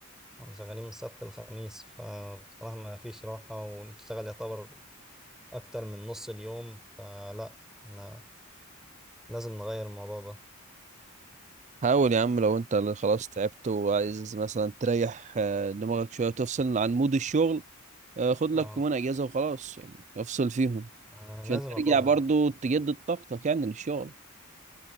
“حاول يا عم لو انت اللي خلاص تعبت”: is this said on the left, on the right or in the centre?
Right